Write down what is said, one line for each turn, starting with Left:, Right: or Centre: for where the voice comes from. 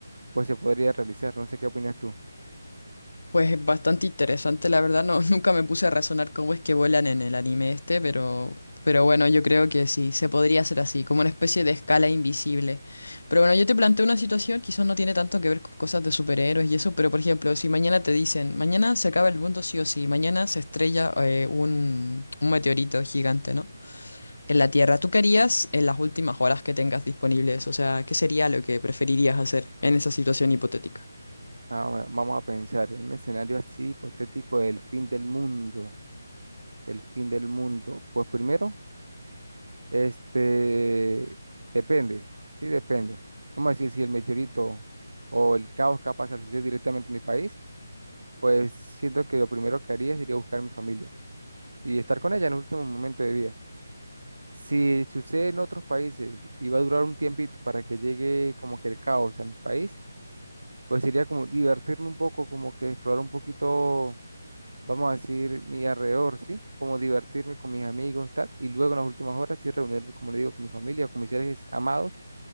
Right: pues se podría realizar. No sé qué opinas tú.
Left: Pues bastante interesante, la verdad, no, <laughs> nunca me puse a razonar cómo es que vuelan en el anime este, pero, pero bueno, yo creo que sí, se podría hacer así, como una especie de escala invisible. Pero bueno, yo te planteo una situación, quizás no tiene tanto que ver con cosas de superhéroes y eso, pero por ejemplo, si mañana te dicen, mañana se acaba el mundo sí o sí, mañana se estrella eh, un, un meteorito gigante, ¿no? En la Tierra, ¿tú qué harías en las últimas horas que tengas disponibles? O sea, ¿qué sería lo que preferirías hacer en esa situación hipotética?
Right: Ah, va- Vamos a pensar en un escenario así hipotético del fin del mundo. del fin del mundo? Pues primero, este, depende, sí depende. Vamos a decir, si el meteorito o el caos capaz de suceder directamente en mi país, pues siento que lo primero que haría sería buscar a mi familia y estar con ella en el último momento de vida. Si sucede en otros países y va a durar un tiempito para que llegue como que el caos a mi país, pues sería como divertirme un poco, como que explorar un poquito vamos a decir, mi alrededor, ¿sí? Como divertirme con mis amigos, tal, y luego en las últimas horas sí reunirme, como le digo, con mi familia o con mis seres amados,